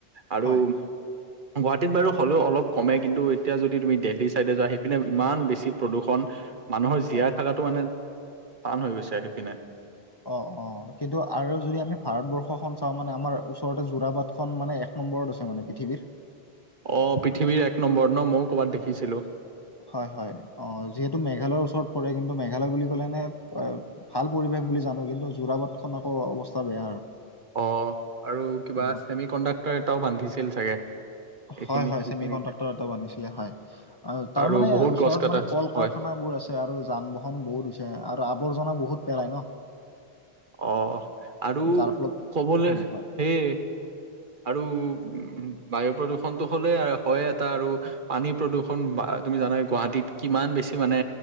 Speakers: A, on the right; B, on the left.
A: আৰু
B: হয়
A: গুৱাহাটীত বাৰু হ'লেও অলপ কমে কিন্তু এতিয়া যদি তুমি দেলহি চাইডে যোৱা সেইপিনে ইমান বেছি প্ৰদূষণ মানুহৰ জীয়াই
B: হয়।
A: থকাটো মানে টান হৈ গৈছে সেপিনে
B: অ', অ' কিন্তু আৰু যদি আমি ভাৰতবৰ্ষখন চাওঁ মানে আমাৰ ওচৰতে জোৰা বাটখন মানে এক নম্বৰত আছে মানে পৃথিৱীত।
A: অ পৃথিৱীৰ এক নম্বৰত ন মও ক'ৰবাত দেখিছিলো।
B: হয় হয় অ যিহেতু মেঘালয়ৰ ওচৰত পৰে কিন্তু মেঘালয় বুলি ক'লে নে অ ভাল পৰিৱেশ বুলি জানো কিন্তু যোৰাবাট খন আকৌ অৱস্থা বেয়া।
A: অ', আৰু কিবা
B: অ
A: ছেমি কণ্ডাক্টৰ এটাও বান্ধিছিল চাগে। এইখিনি
B: হয় হয়
A: সেইখিনিতে
B: চেমি কণ্ডাক্টৰ এটা বান্ধিছিলে হয়। অ', তাৰ
A: আৰু
B: মানে
A: বহুত
B: ওচৰত
A: গছ কটা
B: মানে
A: হৈছে।
B: কল
A: হয়
B: কাৰখানা বোৰ আ- ছে আৰু যান-বাহন বহুত হৈছে আৰু আৱৰ্জনা বহুত পেলাই ন।
A: অহ আৰু
B: যাৰ ফলত
A: কবলে
B: হুম
A: সেয়ে।
B: কোৱা
A: আৰু উ বায়ু প্ৰদূষণটো হলে আ হয় এটা আৰু পানী প্ৰদূৰষণ বা তুমি জানাই গুৱাহাটীত কিমান বেছি মানে